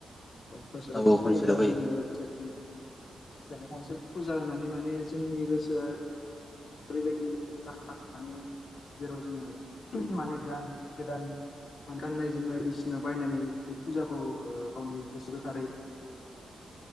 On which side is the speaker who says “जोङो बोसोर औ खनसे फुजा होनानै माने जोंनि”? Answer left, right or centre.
Left